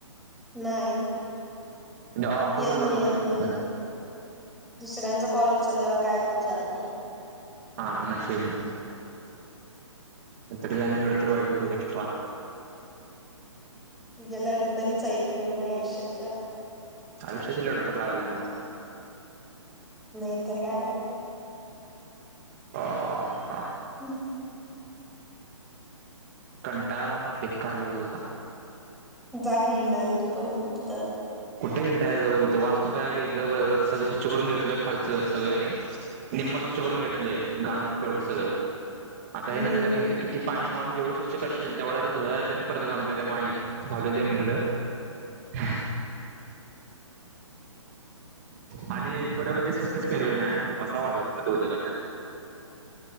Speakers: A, in the centre; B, on the right (about 30°).
A: नाही.
B: ऑटो
A: येत
B: होल्डला
A: नाही
B: पडतोय
A: येत नाही
B: वाटतं
A: दुसऱ्यांचा कॉल उचलल्यावर काय ऐकू जात नाही.
B: हा अशी हाय मग तुझ आता काय अणि ही लडतर आली म्हणायची एक्श्ट्रा
A: तुझ्या लडतरीच आहेत पूर्ण आयुष्याच्या.
B: आयुष्याची लडतर लागल्या म्हणून
A: नाहीतरी काय.
B: <unintelligible>
A: हम्म.
B: कंटाळाला मला बेकारले बोलचा.
A: जाकी हिंडायल तू पण कुठ तर
B: कुठे इंडा जाऊ इथं वाचतू काय वेग सगळं स्वच्छ करून घेतोय खालंच सगंळयाने निम्म स्वच्छ करून घेतलंय गाण तेवढं सगळं आता हे
A: हम्म
B: नंतर इथं किती पाणी मारून जेवढं स्वच्छ करशील तेवढा आ धु आणि परत घाल माही घाल ते म्हणलं <unintelligible> आणि पुढं म्हणजे स्वचछच केेळलेले नाही आता कसा वाजव दोन्ही कंडे